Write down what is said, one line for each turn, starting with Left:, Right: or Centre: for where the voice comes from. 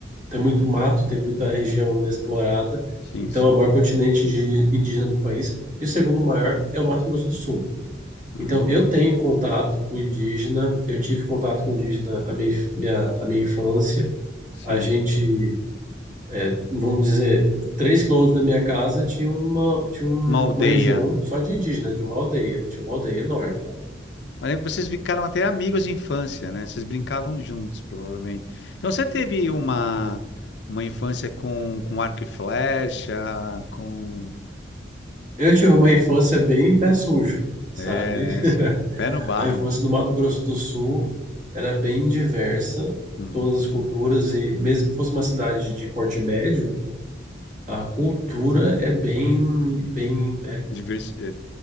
Right: tem muito mato, tem muita região ainda explorada.
Left: Sim,
Right: Então,
Left: sim.
Right: é o maior continente indí- indígena do país. E o segundo maior é o Mato Grosso do Sul.
Left: Hum,
Right: Então, eu tenho contato com indígena, eu tive contato com indígena a minha, minha, a minha infância.
Left: sim.
Right: A gente, é, vamos dizer, três quilômetros da minha casa tinha uma, tinha um-
Left: Uma aldeia.
Right: uma região só de indígena, de uma aldeia. Tinha uma aldeia enorme lá.
Left: Mas lembro que vocês ficaram até amigos de infância, né? Vocês brincavam juntos, provavelmente. Então você teve uma, uma infância com, com arco e flecha, com.
Right: Eu tive uma infância bem pé sujo, sabe?
Left: É, né?
Right: <laughs>
Left: Assim, pé no barro.
Right: A infância no Mato Grosso do Sul era bem diversa,
Left: Hum.
Right: todas as culturas, e mesmo que fosse uma cidade de porte médio, a cultura é bem, bem
Left: Divers- é,